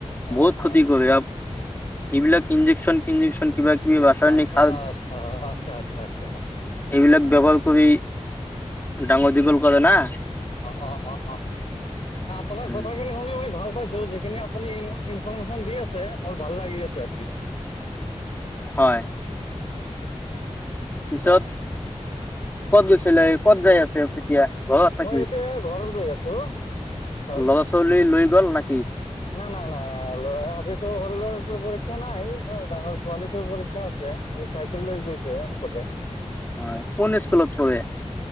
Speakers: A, on the left; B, on the left.
A: অ
B: বহুত ক্ষতি
A: অ অ
B: কৰে এইবিলাক ইনজেকচন ছিনজেকচন কিবা। কিবি ৰাসায়নিক
A: আচ্ছা
B: সাৰ
A: আচ্ছা আচ্ছা আচ্ছা আচ্ছা।
B: এইবিলাক ব্যৱহাৰ কৰি ডাঙৰ দীঘল কৰে না।
A: অ অ অ অ আপোনাৰ
B: উম
A: কথাখিনি শুনি মই ভাল পাইছো যিখিনি আপুনি। ইনফৰমেশ্যন দি আছে মোৰ ভাল লাগি আছে আজি।
B: হয়।
A: <inaudible>
B: পিছত ক'ত গৈছিলে ক'ত যাই আছে। এতিয়া ঘৰত থাকি
A: মই এতিয়া ঘৰত গৈ আছোঁ ছাৰ
B: ল'ৰা ছোৱালী লৈ গল না কি।
A: না না ল'ৰা আজিতো সৰু ল'ৰাটোৰ পৰীক্ষা নাই অ ডাঙৰ ছোৱালীটোৰ পৰীক্ষা আছে। চাইকেল লৈ গৈছে অকলে।
B: অ কোন স্কুলত পঢ়ে।